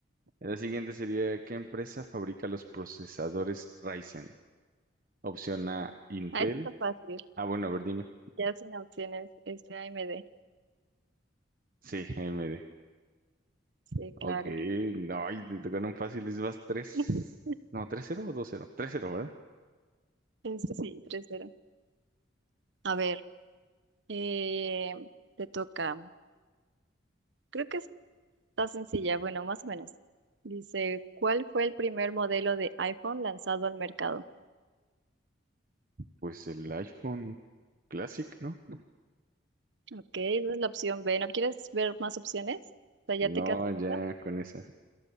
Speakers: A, on the right (about 45°); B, on the right (about 70°).
A: La siguiente sería, ¿qué empresa fabrica los procesadores Ryzen? Opción A, Intel.
B: ah, esta está fácil.
A: Ah, bueno, a ver, dime.
B: Ya sin opciones. Este AMD.
A: Sí, A M D.
B: Sí,
A: Ok,
B: claro que.
A: no, y te tocaron fáciles, vas 3,
B: <laughs>
A: no, tres cero o dos cero, tres cero, ¿verdad?
B: Este sí, 3-0. A ver. Eh, te toca. Creo que está sencilla, bueno, más o menos. Dice, ¿cuál fue el primer modelo de iPhone lanzado al mercado?
A: Pues el iPhone Classic, ¿no?
B: Ok, esa es la opción B. ¿No quieres ver más opciones? O sea, ¿ya
A: No,
B: te quedas con
A: ya
B: esa?
A: con esa,